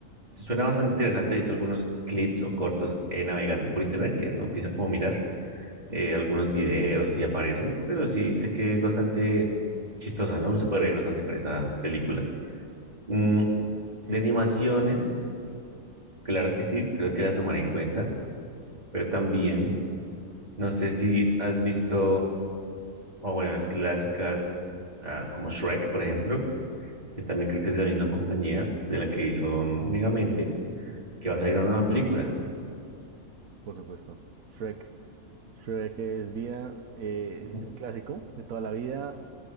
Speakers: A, on the right; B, on the right.
A: Suena bastante interesante. He visto algunos clips o cortos eh, navegando por internet que uno empieza como a mirar eh, algunos videos y aparecen, pero sí sé que es bastante chistosa, ¿no? Uno se puede reír bastante con esa película. Mm,
B: Sí,
A: de animaciones,
B: sí, sí,
A: claro que sí, creo que las tomaré en cuenta, pero también no sé si has visto, o bueno, las clásicas ah, como Shrek, por ejemplo, que también creo que es de la misma compañía de la que hizo mm, Megamente, que va a salir una nueva película.
B: por supuesto. Shrek. Shrek es vida, eh,
A: <laughs>
B: es un clásico de toda la vida.